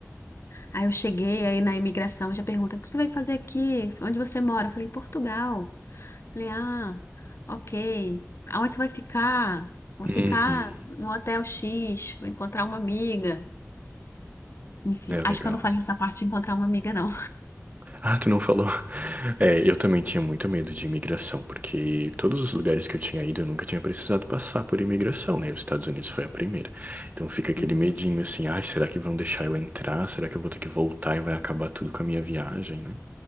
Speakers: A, on the left (about 55°); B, on the right (about 30°).
A: Aí eu cheguei aí na imigração, já pergunta: O que você vai fazer aqui? Onde você mora? Eu falei: Portugal. Falei: Ah, ok. Aonde você vai ficar? Vou
B: Uhum.
A: ficar no hotel X, vou encontrar uma amiga. Enfim,
B: É legal,
A: acho que eu não falei
B: né?
A: essa parte de encontrar uma amiga, não.
B: Ah, tu não falou. É, eu também tinha muito medo de imigração, porque todos os lugares que eu tinha ido, eu nunca tinha precisado passar por imigração, né? Os Estados Unidos foi a primeira. Então fica aquele
A: Uhum.
B: medinho assim, ai, será que vão deixar eu entrar? Será que eu vou ter que voltar e vai acabar tudo com a minha viagem, né?